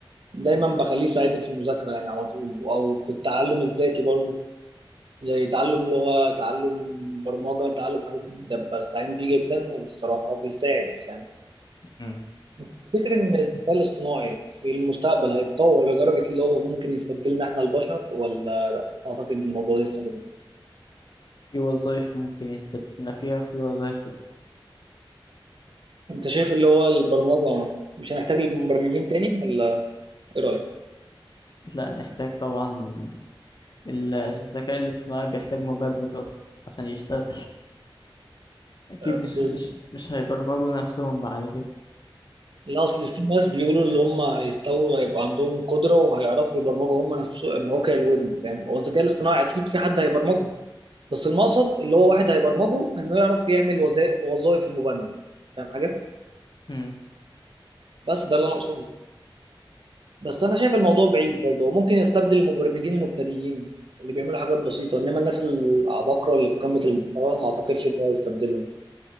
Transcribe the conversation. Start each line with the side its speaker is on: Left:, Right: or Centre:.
Right: دايما بخليه يساعدني في المذاكره يعني على طول او في التعلم الذاتي برضه زي تعلم لغه تعلم برمجه تعلم حاجات جديدة، بستعين بيه جدا وبصراحه بيساعد فاهم
Left: مم.
Right: افتكر ان الذكاء الاصطناعي في المستقبل هيتطور لدرجه اللي هو ممكن يستبدلنا احنا البشر ولا تعتقد الموضوع لسه بعيد
Left: في وظائف ممكن يستبدلنا فيها وفي وظائف لا
Right: انت شايف اللي هو البرمجه مش هنحتاج المبرمجين تاني ولا ايه
Left: لا نحتاج طبعا ال- الذكاء الاصطناعي بيحتاج مبرمج اصلا عشان يشتغل <laughs> اكيد
Right: رايك
Left: مش مش مش هيبرمجوا نفسهم بعد كده
Right: لا اصل في ناس بيقولوا اللي هم هيستووا هيبقى عندهم قدره وهيعرفوا يبرمجوا هم نفسهم مواقع الويب فاهم هو الذكاء الاصطناعي اكيد في حد هيبرمجه بس المقصد اللي هو واحد هيبرمجه انه يعرف يعمل وظائف وظائف المبرمج فاهم حاجه
Left: مم.
Right: بس ده اللي انا اقصده بس انا شايف الموضوع بعيد برضه هو ممكن يستبدل المبرمجين المبتدئين اللي بيعملوا حاجات بسيطه انما الناس العباقره اللي في قمه المحتوى ما اعتقدش ان هو يستبدلهم